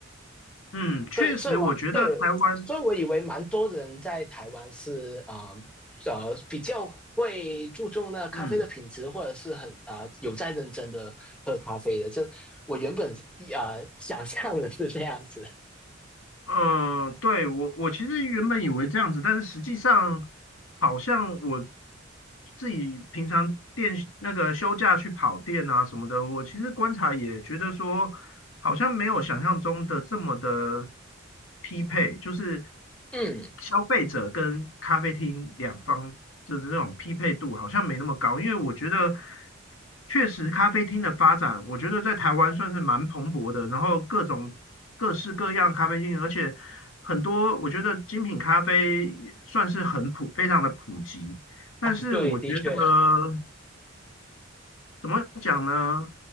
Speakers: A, on the left; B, in the centre.
A: 嗯，确实，
B: 对，所以我对，
A: 我觉得台湾，
B: 所以我以为蛮多人在台湾是呃呃比较会注重那咖啡的品质，
A: 嗯
B: 或者是很啊、呃有在认真的喝咖啡的。这我原本呃想象的是这样子。
A: 呃，对我我其实原本以为这样子，但是实际上好像我自己平常店那个休假去跑店啊什么的，我其实观察也觉得说，好像没有想象中的这么的匹配，就是
B: 嗯，
A: 消费者跟咖啡厅两方的这种匹配度好像没那么高，因为我觉得确实咖啡厅的发展，我觉得在台湾算是蛮蓬勃的，然后各种各式各样咖啡厅，而且很多我觉得精品咖啡算是很普，非常的普及，但是我觉得。
B: 哦，对，的确，
A: 怎么讲呢？